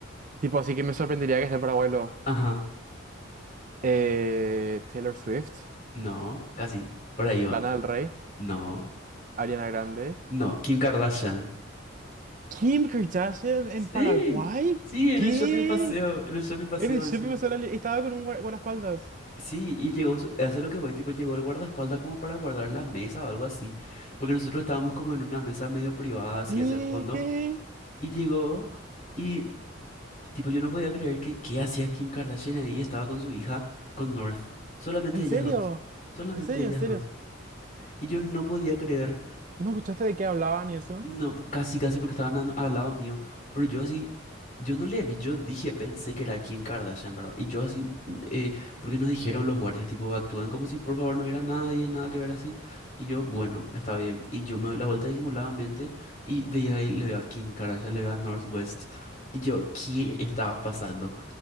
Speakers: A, on the right; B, on the left.
A: Tipo, así que me sorprendería que esté en Paraguay lo-
B: Ajá,
A: eh, Taylor Swift,
B: no, casi, por ahí va.
A: Lana del Rey,
B: No,
A: Ariana Grande.
B: no, Kim Kardashian.
A: ¿Kim Kardashian en
B: Sí,
A: Paraguay?
B: sí, en
A: ¿Qué?
B: el shopping paseo, en el shopping paseo
A: En el
B: encima.
A: shopping me salió- estaba con un guar- guardaespaldas.
B: Sí, y llegó, su- eso es lo que voy, tipo, llegó el guardaespaldas como para guardar la mesa o algo así, porque nosotros estábamos como en una mesa medio privada, así
A: ¿Qué?
B: hacia el fondo,
A: ¿Qué?
B: y llegó, y tipo, yo no podía creer que, ¿qué hacía Kim Kardashian ahí? Estaba con su hija, con North, solamente
A: ¿En
B: ellas
A: serio?
B: dos, solamente
A: ¿En serio?
B: ellas
A: ¿En serio?
B: dos, y yo no podía creer,
A: ¿No escuchaste de qué hablaban y eso?
B: no, casi, casi porque estaban a- al lado mío. Pero yo así, yo no le vi, yo dije, pensé que era Kim Kardashian, ¿verdad? Y yo así, mm, eh, porque nos dijeron los guardias, tipo, actúan como si por favor no hubiera nadie, nada que ver así. Y yo, bueno, está bien. Y yo me doy la vuelta disimuladamente y veía ahí, le veía a Kim Kardashian, le veía a Northwest. Y yo, ¿qué estaba pasando?